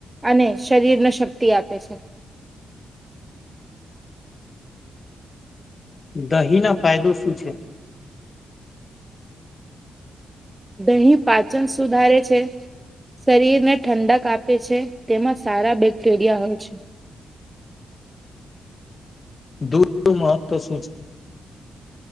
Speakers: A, on the right (about 20°); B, on the left (about 40°).
A: અને શરીરને શક્તિ આપે છે
B: દહીં ના ફાયદો શું છે
A: દહીં પાચન સુધારે છે શરીર ને ઠંડક આપે છે તેમાં સારા બેક્ટેરિયા હોય છે
B: દૂધ નુ મહત્વ શું છે